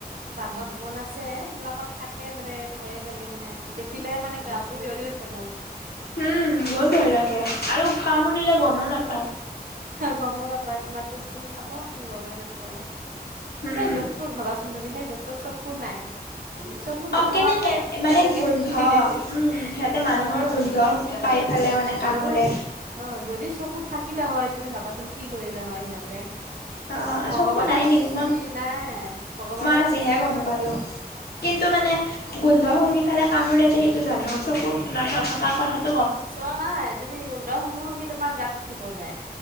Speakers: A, on the right (about 60°); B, on the left (about 75°).
A: বাটত বুন আছে এইবিলাকত থাকে মানে ভয়ে লাগে মানে দেখিলে মানে গাটো সিঞৰি উঠে মোৰ।
B: উম, বহুত ভয় লগে আৰু কামুৰিলে গমো নাপায়।
A: গমো নাপায় তোমাৰ তেজ খিনি খাব তুমি গমেই নাপাব সেই
B: উম।
A: জোক তোৰ ভবাচোন তুমি সেই জকটোৰ চকু নাই। চকু
B: অ
A: নথাকাকে
B: কেনেকে মানে
A: তেনেকে
B: গোন্ধ
A: <unintelligible>
B: উম সিহঁতে মানুহৰ
A: অ'।
B: গোন্ধ
A: মানুহৰ
B: পাই পেলাই
A: গুন্ধ
B: মানে
A: পাই
B: কামোৰে
A: জৰো অ' যদি চকু থাকিলে হয় তুমি ভাবাচোন কি কৰিলে হয়, সিহঁতে।
B: অ
A: ভগৱানৰ
B: চকু নাই নেকি
A: সৃষ্টি
B: মই
A: নাই, ভগৱানৰ
B: মই আজিহে
A: সৃষ্টি
B: গম
A: চ
B: পালো কিন্তু মানে গোন্ধ শুঙি ফালে কামোৰেযে সেইটো জানো চকু নাই নথকা কথাতো
A: চোৱা নাই তুমি গোন্ধ শুঙি-শুঙি তোমাৰ গাত উঠিব যায়।